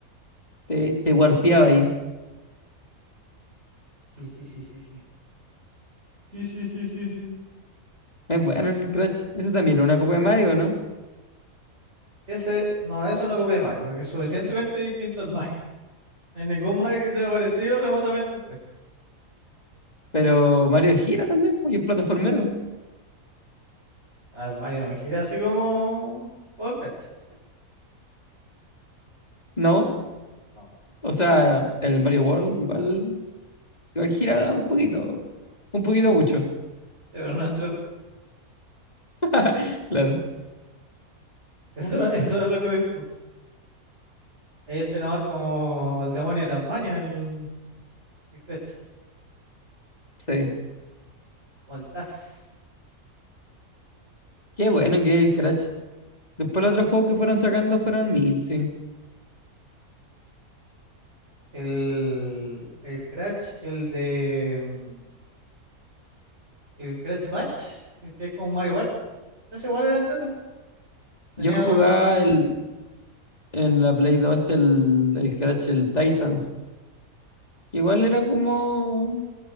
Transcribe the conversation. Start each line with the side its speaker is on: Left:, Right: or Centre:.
Left: te, te warpeaba ahí.
Right: Sí, sí, sí, sí, sí. Sí, sí, sí, sí, sí.
Left: Es bueno el Crash. Ese también era una copia de Mario, ¿no?
Right: Ese, no, eso no copia de Mario, porque es suficientemente distinto al Mario. <laughs> No hay ningún Mario que sea parecido remotamente a un Crash.
Left: Pero Mario gira también, pues, y es plataformero.
Right: Al Mario no gira así como... O el Crash.
Left: ¿No?
Right: No. Sí,
Left: O sea, el Mario World igual, igual gira un poquito. Un poquito mucho.
Right: pero no es en
Left: <laughs> Claro,
Right: <laughs> Sí, Eso, eso es lo que voy, po. Este era más como el demonio de Tasmania, el, el Crash,
Left: sí.
Right: o el Taz.
Left: Qué bueno que es el Crash. Después los otros juegos que fueron sacando fueron Mid, sí.
Right: El, el Crash, el de. mm, El Crash Batch, el que es como Mario Party. Ese igual era entrete. Tenía
Left: Yo jugaba
Right: re poco juego,
Left: el, en la Play dos este, el, el Crash, el Titans, que igual era como...